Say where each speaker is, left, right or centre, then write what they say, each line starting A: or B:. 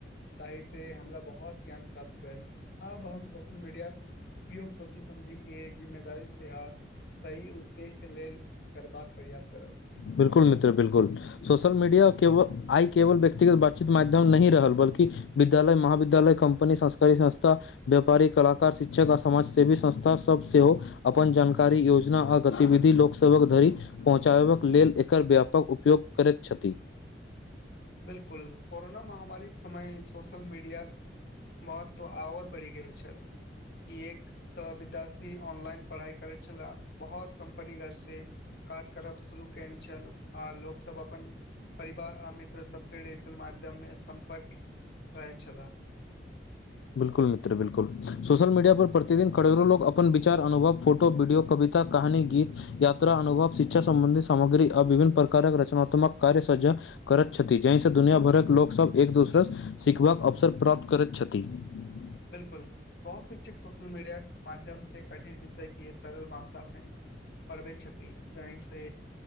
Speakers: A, on the left; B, on the left.
A: ताहि से हमरा बहुत ज्ञान प्राप्त भेल अब हम सोशल मीडिया उपयोग सोची समझी के जिम्मेदारी से आ सही उद्देश्य लेल करबाक प्रयास करब
B: बिलकुल मित्र बिलकुल सोशल मीडिया आइ केवल व्यक्तिगत बातचीत माध्यम नहि रहल बल्कि विद्यालय महाविद्यालय कंपनी संस्कारी संस्था व्यापारी कलाकार शिक्षक आ समाजसेवी संस्था सभ सेहो अपन जान जानकारी योजना आ गतिविधि लोकसभक धरि पहुँचाबाक लेल एकर व्यापक उपयोग करैत छथि
A: बिलकुल कोरोना महामारी समय सोशल मीडियााक के महत्व आओर बढ़ि गेल छल की एक त विद्यार्थी ऑनलाइन पढ़ाइ करै छले बहुत कम्पनी घर से काज करब शुरू केयने छल आ लोक सब अपन परिवार आमित सबके डिजिटल माध्यममे सम्पर्क रहै छला
B: बिलकुल मित्र बिल्कु सोशल मीडिया पर प्रतिदिन करोड़ो लोक अपन विचार अनुभव फोटो वीडियो कभी कहानी गीत यात्रा अनुभव शिक्षा संबंधी सामग्री आ विभिन्न प्रकारक रचनात्मक कार्य सजा करैत छथि जाहिसँ दुनिया भरक लोकसभ एक दोसरास सीखबाक अवसर प्राप्त करैत छथि <unintelligible>
A: बिलकुल बहुत शिक्षक सोशल मीडिया माध्यम से कठिन विषय के सरल भाषामे पढ़बै छथि जाहि से